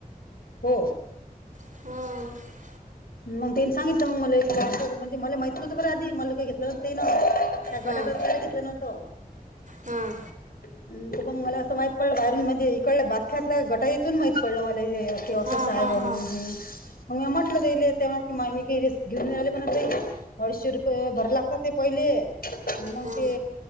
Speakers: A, on the left; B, on the right.
A: हो
B: हा
A: मग तेने सांगितलं मग मले म्हणजे मला माहित नवतं बरं आधी मला काय घेतलं नव्हत तेन त्या
B: हां
A: गटातच तर घेतलं नव्हत
B: हां
A: त मग मला असं माहित पडलं बाहेरून म्हणजे इकडलं अख्यातल्या गटाईतून माहित पडलं मला हे असं
B: हां
A: स आहे
B: हां हां
A: बाब म
B: हां
A: म म्हटलं तर तेव्हा की मा मी काही रिस्क घेऊन राहिले म्हणत बाई अडीचशे रुपये भरला लागतात ते पहिले मग
B: हां
A: ते